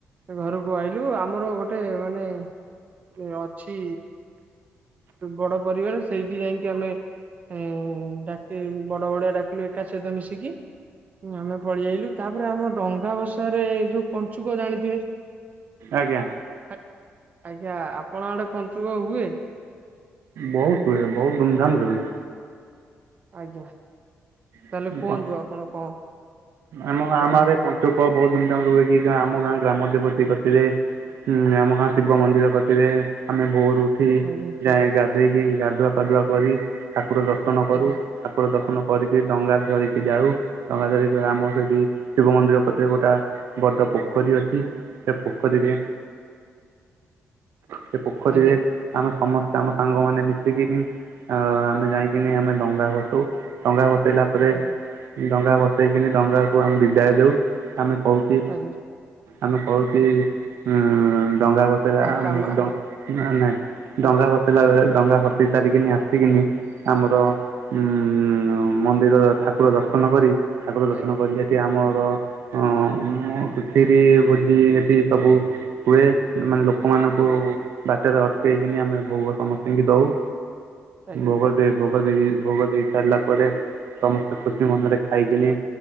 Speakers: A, on the right; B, on the right.
A: ଘରକୁ ଆଇଲୁ ଆମର ଗୋଟେ ମାନେ ଅଛି ବଡ ପରିବାର ସେଇଠି ଯାଇକି ଆମେ ହୁଁ ଡାକି ବଡ ବଡୁଆ ଡାକିଲୁ ଏକା ସହିତ ମିଶିକି। ଉଁ ଆମେ ପଳୀଆଇଲୁ ତାପରେ ଆମ ଡଙ୍ଗା ଭସାରେ ଯୋଉ ପଞ୍ଚୁକ ଜାଣିଥିବେ।
B: ଆଜ୍ଞା।
A: ଆ ଆଜ୍ଞା ଆପଣଙ୍କ ଆଡେ ପଞ୍ଚୁକ ହୁଏ?
B: ବହୁତ ହୁଏ ବହୁତ ଧୁମଧାମରେ ହୁଏ।
A: ଆଜ୍ଞା ତାହେଲେ
B: ହୁଏ
A: କୁହନ୍ତୁ ଆପଣ କଁ
B: ଆମ ଆମ ଆଡ଼େ ପଞ୍ଚୁକ ବହୁ ଧୁମଧାମ୍ ରେ ହୁଏ କି ଗାଁ ଆମ ଗାଁ ଗ୍ରାମ ଦେବତୀ କତିରେ ଉଁ ଆମ ଗାଁ ଶିବ ମନ୍ଦିର କତିରେ ଆମେ ଭୋରୁ ଠି
A: ଆଜ୍ଞା
B: ଯାଏଁ ଗାଧେଇକି ଗାଧୁଆ ପାଧୁଆ କରି ଠାକୁର ଦର୍ଶନ କରୁ।
A: ଆଜ୍ଞା
B: ଠାକୁର ଦର୍ଶନ କରିକି ଡଙ୍ଗା ଧରିକି ଯାଉ ଡଙ୍ଗା ଧରି ଯୋଉ ଆମ ସେଠି ଶିବ ମନ୍ଦିର କତିରେ ଗୋଟା ବଡ଼ ପୋଖରୀ ଅଛି। ସେ ପୋଖରୀ ଟି ସେ ପୋଖରୀରେ
A: ଆଜ୍ଞା
B: ଆମେ ସମସ୍ତେ ଆମ ସାଙ୍ଗମାନେ ମିଶିକିନି ଆଉ ଆମେ ଯାଇକିନି ଆମେ ଡଙ୍ଗା ଭସଉ ଡଙ୍ଗା ଭସେଇଲା ପରେ
A: ଆଜ୍ଞା
B: ଡଙ୍ଗା ଭସେଇକିନି ଡଙ୍ଗାକୁ ଆମେ ବିଦାୟ ଦେଉ ଆମେ କହୁ କି
A: ଆଜ୍ଞା
B: ଆମେ କହୁକି ଉଁ ଡଙ୍ଗା ଭସେଇଲା
A: ଆ
B: ଆମ
A: କାମ
B: ଡ ନାଁ ନେ ଡଙ୍ଗା ଭସେଇଲା ବେଳେ ଡଙ୍ଗା ଭସେଇ ସାରିକିନି ଆସିକିନି ଆମର ଉଁ ମନ୍ଦିର ଠାକୁର ଦର୍ଶନ କରି ଠାକୁର ଦର୍ଶନ
A: ଆଜ୍ଞା
B: କରିକି ଆ ଠି ଆମର ଅଁ ମୁ ଖିରି ଭୋଜି ହେଠି ସବୁ ହୁଏ ମାନେ ଲୋକମାନଙ୍କୁ ବାଟରେ ଅଟକେଇକିନି ଆମେ ଭୋଗ ସମସ୍ତିଙ୍କି ଦଉ।
A: ଆଜ୍ଞା
B: ଭୋଗ ଦେଇ ଭୋଗ ଦେଇକି ଭୋଗ ଦେଇ ସାରିଲା ପରେ ସମସ୍ତେ ଖୁସି ମନରେ ଖାଇ କିନି